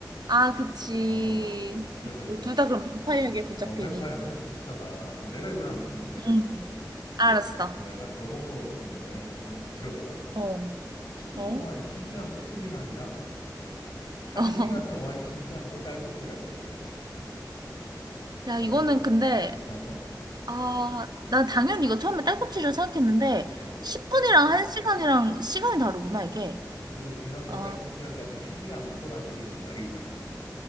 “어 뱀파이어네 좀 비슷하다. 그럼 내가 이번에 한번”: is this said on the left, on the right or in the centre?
Left